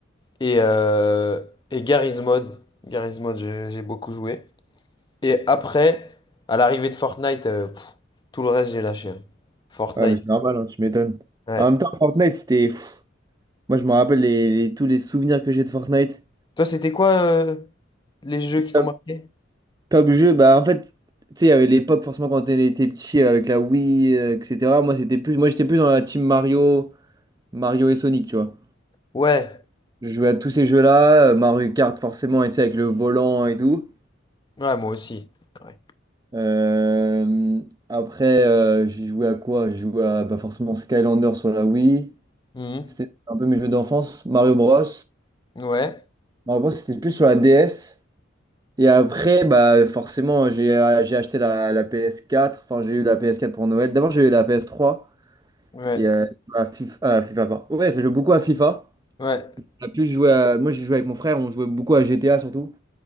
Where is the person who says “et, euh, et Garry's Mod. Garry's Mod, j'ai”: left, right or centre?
Left